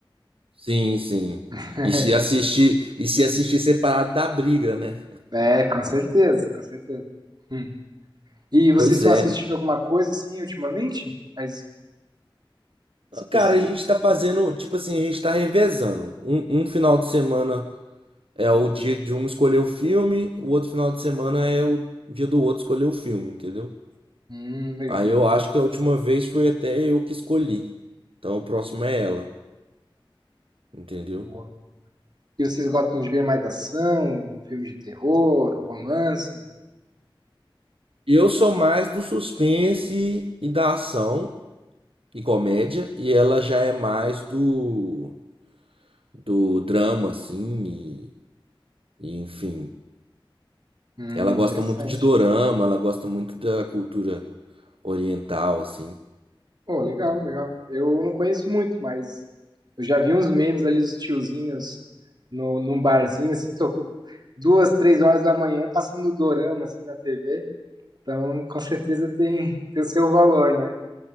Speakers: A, on the right (about 85°); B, on the right (about 50°).
A: sim, sim.
B: <laughs>
A: E se assistir, e se assistir separado da briga, né?
B: É, com certeza, com certeza. Hum. E vocês
A: Pois
B: estão
A: é.
B: assistindo alguma coisa assim ultimamente? Mais específica?
A: Cara, a gente tá fazendo, tipo assim, a gente tá revezando. Um, um final de semana É o dia de um escolher o filme, o outro final de semana é o dia do outro escolher o filme, entendeu?
B: Hum, legal.
A: Aí eu acho que a última vez foi até eu que escolhi. Então o próximo é ela, entendeu?
B: Boa. E vocês gostam de ver mais ação, filme de terror, romance?
A: Eu sou mais do suspense e da ação e comédia, e ela já é mais do do drama, assim, e, e enfim.
B: Hum,
A: Ela gosta
B: interessante.
A: muito de dorama, ela gosta muito da cultura oriental, assim.
B: Oh, legal, legal. Eu não conheço muito, mas eu já vi uns memes ali dos tiozinhos no, num barzinho, assim, to- duas, três horas da manhã, passando dorama, assim, na TV. Então, com certeza tem, <laughs> tem o seu valor, né?